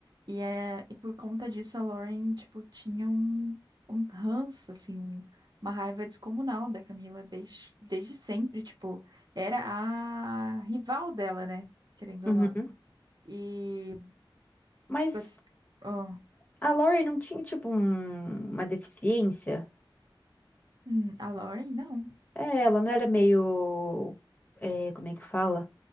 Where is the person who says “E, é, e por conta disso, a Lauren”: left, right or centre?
Right